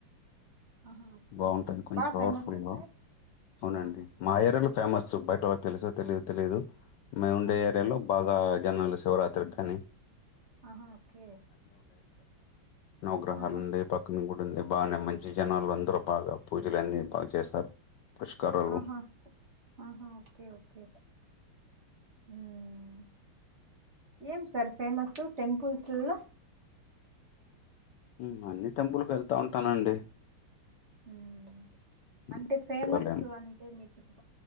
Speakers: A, on the right (about 40°); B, on the left (about 75°).
A: ఆహా ఓకే
B: బాగుంటది కొంచెం
A: బాగా
B: పవర్ఫుల్గా
A: ఫేమస్ సార్
B: అవునండి
A: ఆహా
B: మా యరలు ఫేమస్ బయట వాళ్ళకి తెలుసో తెలీదో తెలీదు మేం వుండే
A: ఆ,
B: ఏరియాలో బాగా జనాల్ శివరాత్రికి గాని
A: ఆహా ఓకే
B: నౌగ్రహాలుండే
A: ఆహా
B: పక్ గుడింది బానే మంచి జనాలు అందరూ బాగా పూజలన్నీ బాగు చేస్తారు పుష్కరాలు
A: ఆహా ఆహా ఓకే ఓకే మ్మ్ ఏం సార్ ఫేమస్ టెంపుల్స్ లలో
B: హ్మ్ అన్ని టెంపుల్ కు వెళ్తా ఉంటానండి
A: హ్మ్
B: ఉమ్,
A: అంటే ఫేమస్
B: శివాలయం
A: అంటే మీకు